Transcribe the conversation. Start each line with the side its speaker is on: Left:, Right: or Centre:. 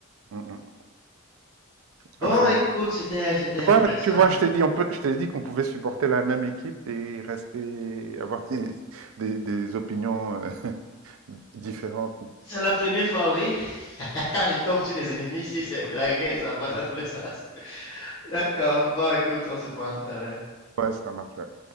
Right: Mm, mm.
Left: Bon,
Right: Enfin.
Left: écoute, c'était c'était
Right: Tu
Left: intéressant.
Right: vois, tu vois, je t'ai dit, on peut, je t'ai dit qu'on pouvait supporter la même équipe et rester, avoir des, des- des opinions euh, <laughs> différentes.
Left: C'est la première fois, oui. <laughs> Quand je tombe sur des ennemis ici, c'est c'est la guerre, ça va dans tous les sens. <laughs> D'accord. Bon, écoute, on se prend tout à l'heure.
Right: Ouais, ça marche. ouais.